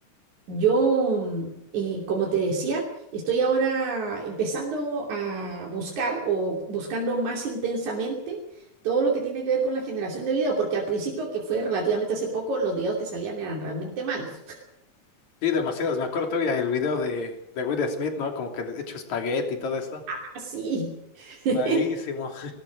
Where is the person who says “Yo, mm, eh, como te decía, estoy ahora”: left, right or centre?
Right